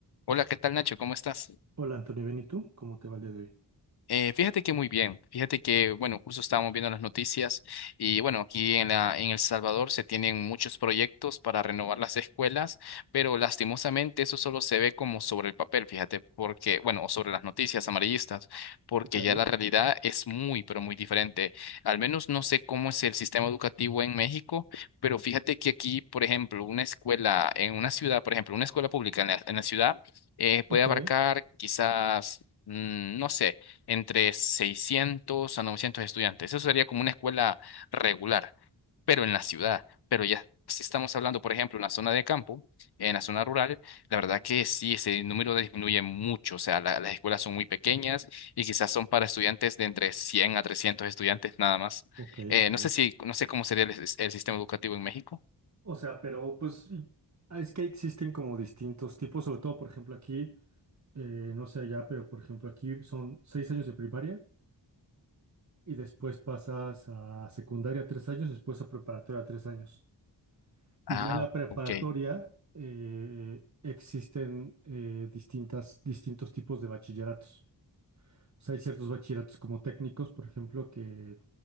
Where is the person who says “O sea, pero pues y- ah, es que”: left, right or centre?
Right